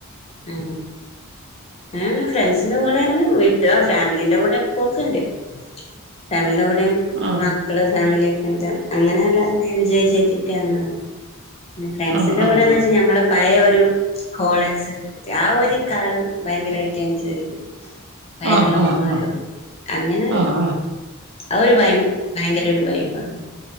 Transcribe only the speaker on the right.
ആ
ആ ആ
ആ
ആ ആ
ആ
ആ ആ